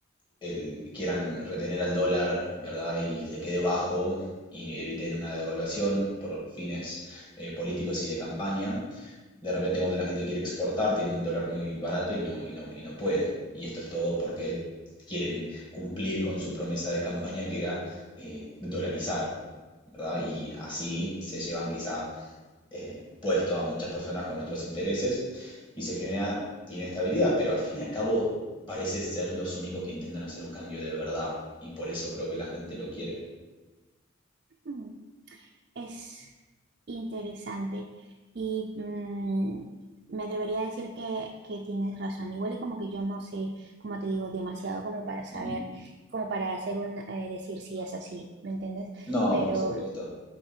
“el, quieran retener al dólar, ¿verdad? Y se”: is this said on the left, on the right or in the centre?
Left